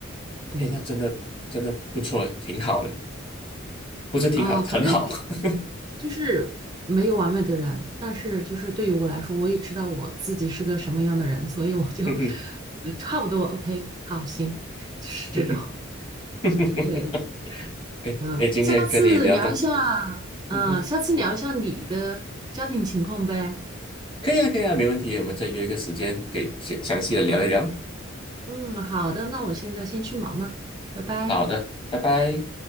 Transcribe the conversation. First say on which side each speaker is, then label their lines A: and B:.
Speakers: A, on the right; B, on the left.
A: 对
B: 哎，那真的真的不错，挺好的，不是挺好，
A: 啊，反正
B: 很好。<laughs>
A: 就是没有完美的人，但是就是对于我来说，我也知道我自己是个什么样的人，所以我就
B: 嗯哼，
A: <laughs> 差不多 OK，好，行，就是这种。
B: 嗯哼，<laughs>
A: 对。
B: 哎哎，
A: 嗯，
B: 今天跟你聊的，
A: 下次聊一下，嗯，
B: 嗯哼，
A: 下次聊一下你的家庭情况呗。
B: 可以啊，可以啊，没问题。我们再约一个时间，给详详细的聊一聊。
A: 嗯，好的，那我现在先去忙了，拜拜。
B: 好的，拜拜。